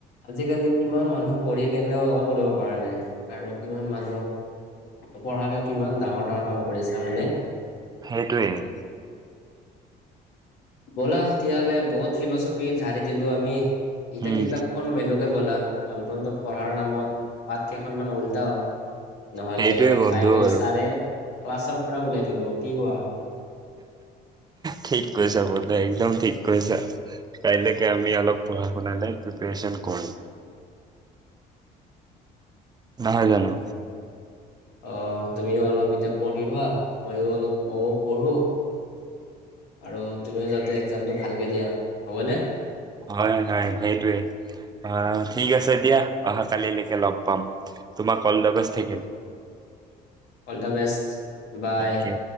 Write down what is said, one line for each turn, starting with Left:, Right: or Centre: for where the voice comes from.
Left: আজিকালি কিমান মানুহ পঢ়ি কিনেও একো কৰিব পৰা নাই, আৰু কিমান মানুহ নপঢ়াকেও কিমান ডাঙৰ, ডাঙৰ কাম কৰি আছে হয় নে।
Right: সেইটোৱেই।
Left: ব'লা তেতিয়াহ'লে বহুত ফিলচফি জাৰি দিলো আমি, এতিয়া
Right: উম
Left: কিতাপ খন মেলোগে বলা, অন্তত পঢ়াৰ নামত পাত কেইখনমান উল্টাও। নহলে
Right: সেইটোৱে বন্ধু
Left: কাইলৈ
Right: আৰু।
Left: ছাৰে ক্লাছৰ পৰা উলাই দিব কি কোৱা।
Right: ঠিক কৈছা বন্ধু, একদম ঠিক কৈছা। কাইলৈকে আমি অলপ পঢ়া-শুনা নাই প্ৰিপাৰচন কৰো। নহয় জানো।
Left: অহ, তুমিও অলপ এতিয়া পঢ়ি লোৱা মইও অলপ মইয়ো পঢ়ো। আৰু তুমিও যাতে এক্সামটো ভালকে দিয়া হ'বনে।
Right: হয়, হয় সেইটোৱে, অহ, ঠিক আছে দিয়া অহা কালিলৈকে লগ পাম। তোমাকো অলদাবেষ্টে থাকিল।
Left: All the best bye.
Right: Thank U.